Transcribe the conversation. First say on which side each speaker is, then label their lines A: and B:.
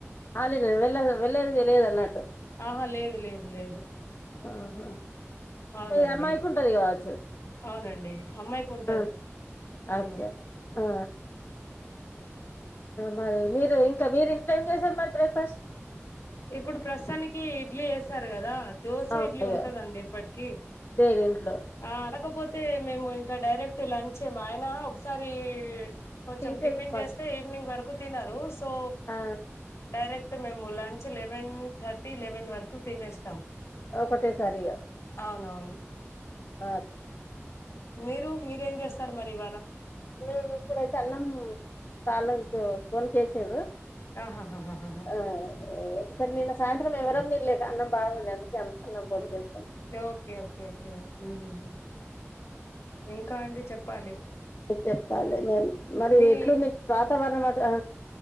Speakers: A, on the left (about 50°); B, on the left (about 70°).
A: అలే నేను వెళ్ళ వెళ్ళేది తెలియదు అన్నట్టు.
B: ఆహా లేదు లేదు లేదు
A: ఆహ.
B: అవునండి
A: హే అమ్మాయికుంటది గావచ్చు
B: అవునండి అమ్మాయికి ఉంటది
A: ఆ.
B: అవును
A: అచ్చ ఆ. మరి మీరు ఇంకా మీరు ఇంట్లో ఏం చేసారు మరి బ్రేక్ఫాస్ట్.
B: ఇప్పుడు ప్రస్తుతానికి ఇడ్లీ వేసారు కదా. దోశ
A: అవును
B: ఇడ్లీ
A: ఇగ
B: ఉంటదండి ఇప్పటికి.
A: డైలీ ఇంట్లో
B: ఆ అడకపోతే మేము ఇంక డైరెక్ట్ లంచ్ మా ఆయన ఒకసారి ఈ. కొంచెం
A: తింటే
B: టిఫిన్
A: ఇంక
B: చేస్తే ఈవినింగ్ వరకు తిినరు సో
A: ఆ
B: డైరెక్ట్ మేము లంచ్. లెవెన్ థర్టీ లెవెన్ వరకు తినేస్తాం.
A: ఒకటేసారిగా.
B: అవునవును.
A: ఆచ్.
B: మీరు మీరేం చేస్తారు మరి ఇవాళ.
A: మేము ఇప్పుడయితే అన్నం పార్లర్ కు ఫోన్ చేసడు.
B: ఆహాహహహా.
A: ఆ ఎందుకంట నిన్న సాయంత్రం ఎవరం తినలే అన్నం బాగున్నా. ఎంతన్నాం కొడికేస్తాం.
B: ఓకే ఓకే ఓకే ఉహుహు. ఇంకా అండి చెప్పాలి.
A: చెప్పాలి మేమ్ మరి
B: మీ
A: ఎట్లుంది వాతావరణం అట్లా.